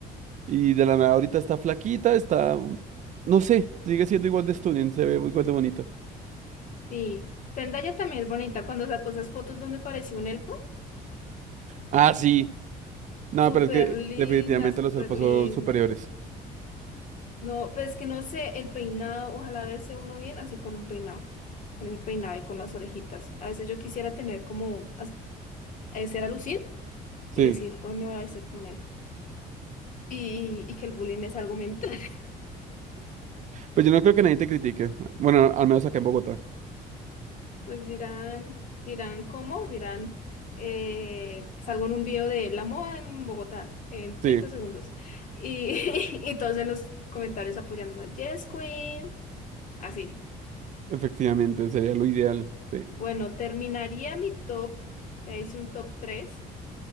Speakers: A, on the right (about 45°); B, on the left (about 50°).
A: Y de la nada ahorita está flaquita, está, no sé, sigue siendo igual de stunning, se ve igual de bonita.
B: Sí, Zendaya también es bonita cuando sacó esas fotos donde parecía un elfo,
A: Ah, sí. No,
B: súper
A: pero es que
B: linda,
A: definitivamente
B: súper
A: los elfos
B: linda.
A: son superiores.
B: No, pues que no sé, el peinado, ojalá verse uno bien así con un peinado, con ese peinado y con las orejitas. A veces yo quisiera tener como, as- hacer a lucir
A: Sí.
B: y decir, hoy me voy a vestir como un elfo. Y, y que el bullying es algo mental. <laughs>
A: Pues yo no creo que nadie te critique. Bueno, al menos acá en Bogotá.
B: Pues dirán, dirán cómo, dirán, eh, salgo en un video de la moda en Bogotá en treinta
A: Sí,
B: segundos. Y, <laughs> y todos en los comentarios apoyándome, Yes, Queen, así.
A: efectivamente, sería lo ideal. Sí.
B: Bueno, terminaría mi top, ya hice un top 3